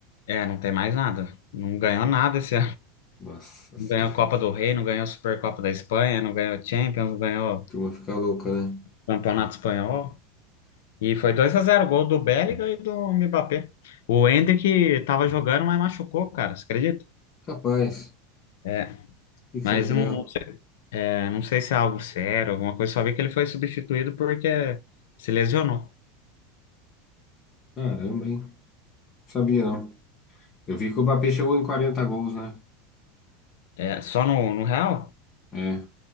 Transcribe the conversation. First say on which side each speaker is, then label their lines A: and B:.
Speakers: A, on the left; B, on the left.
A: É, não tem mais nada. Não ganhou nada esse
B: Nossa
A: Não
B: senhora.
A: ganhou a Copa
B: A
A: do Rei, não ganhou a Supercopa da Espanha, não ganhou a Champions, não ganhou o
B: turma fica louca, né?
A: Campeonato Espanhol. E foi 2 a zero, gol do Bellingham e do Mbappé. O Endrick tava jogando, mas machucou, cara, você acredita?
B: Capaz. O
A: É,
B: que que
A: mas
B: será que
A: não,
B: deu?
A: é, não sei se é algo sério, alguma coisa, só vi que ele foi substituído porque se lesionou.
B: Caramba, hein? Não Sabia, não. Eu vi que o Mbappé chegou em 40 gols, né?
A: É, só no, no Real?
B: É,